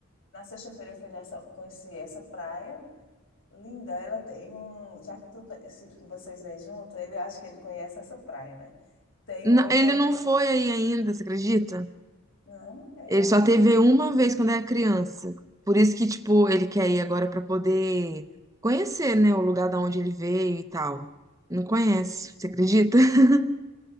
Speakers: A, on the left (about 70°); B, on the right (about 15°).
A: Na sexta-feira eu fui nessa, conheci essa praia. Linda, ela tem um. Já que, tu, tá- se- que vocês vêm junto, ele acho que ele conhece essa praia, né? Tem
B: Na-
A: uma.
B: Ele não foi aí ainda, você acredita?
A: Não, é.
B: Ele
A: a-
B: só teve uma vez quando era criança. Por isso que, tipo, ele quer ir agora pra poder conhecer, né, o lugar da onde ele veio e tal. Não conhece, você acredita? <laughs>